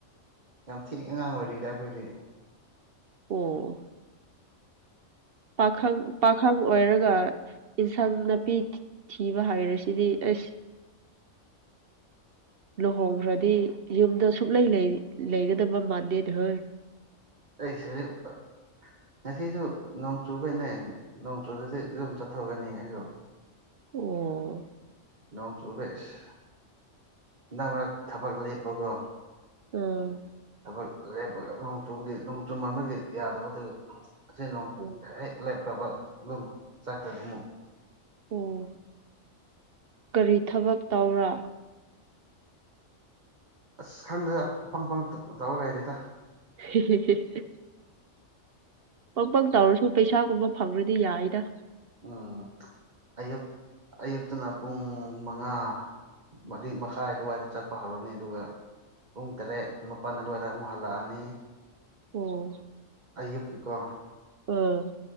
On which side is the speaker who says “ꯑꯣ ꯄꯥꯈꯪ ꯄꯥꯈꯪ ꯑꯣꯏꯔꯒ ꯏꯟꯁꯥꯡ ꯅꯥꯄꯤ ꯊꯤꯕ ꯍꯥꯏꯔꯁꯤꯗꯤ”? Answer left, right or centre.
Right